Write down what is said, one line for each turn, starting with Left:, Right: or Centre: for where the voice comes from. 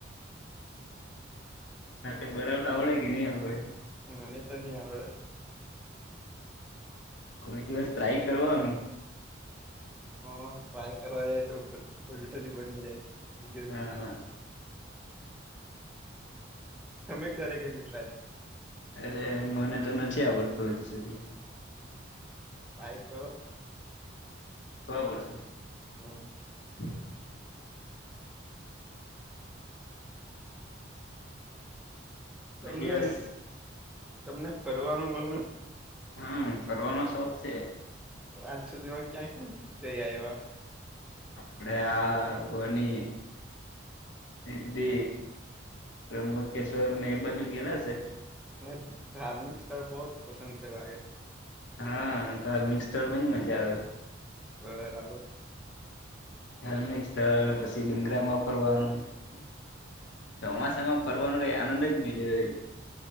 Left: નાતે બરાબર આવડે કે નહી આપડ.
Centre: હા ન તો ન આવડે.
Left: કોઈ દિવસ ત્રાય કરવાનું.
Centre: હ ટ્રાય કરવા જાય તોટ જ બની જાયજ.
Left: હા
Centre: તમે કરે કેવીું ટ્રાય.
Left: અરે મને તો નથી આવડતું હજી સુધી.
Centre: પાાય ક.
Left: ખ પડશે.
Centre: હમ.
Left: હ <unintelligible>
Centre: તમને
Left: કોઈ દિવસ
Centre: તમને ફરવાનું ગમે.
Left: હમ ફરનો શોખ છે.
Centre: આજ સુધીમાં ક્યાં ક્યા જઈ એવા.
Left: આપડે આ હોની. સિદ્ધિ ત્રમબકેશ્વર ને એ બાજુ ગેલા છે.
Centre: મને ધાર્મિક સ્થળ બહુ પસંદ છે લાગે.
Left: હા ધાર્મિક સ્થળ પણ જ મજા આવે.
Centre: બ બરાબર.
Left: ધાર્મિક સ્થળ પછી ડુંગરામાં ફરવાનું.
Centre: હમ.
Left: ચોમાસામાં ફરવાનો કઈ આનંદ જ નહી.